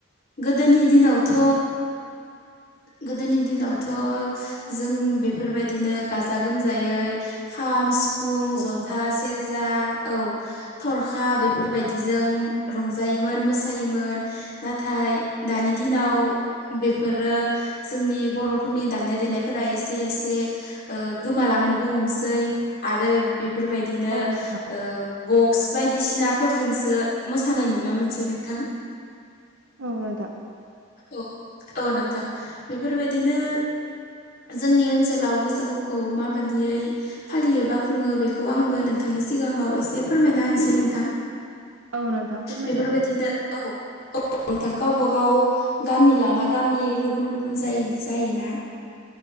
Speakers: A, on the left; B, on the right.
A: गोदोनि दिनावथ' गोदोनि दिनावथ' जों बेफोरबाय बिदिनो गाजा गोमजायै खाम सिफुं
B: औ
A: जथा
B: नोंथां
A: सेरजा औ थरखा बेफोरबायदिजों रंजायोमोन मोसायोमोन नाथाय दानि दिनाव फोरो जोंनि बर'फोरनि दामनाय देनायफोरा एसे एसे ओ गोमालांनोबो हमसै आरो बेफोरबायदिनो
B: औ नोंथां
A: ओ बक्स बायदिसिनाफोरजोंसो मोसानाय नुनो मोनसै नोंथां <inaudible>
B: <unintelligible>
A: औ औ नोंथां बेफोरबायदिनो जोंनि ओनसोलाव बैसागुखौ माबादियै फालियो बा खुङो बेखौ आंबो नोंथांनि सिगाङाव एसे फोरमायना होनसै नोंथां
B: औ नोंथां फोरमायजागोन
A: बेफोरबायदिनो
B: दे
A: औ औ नोंथां गावब गाव गामि लाना गामि गुबुन गुबुन ज जायोना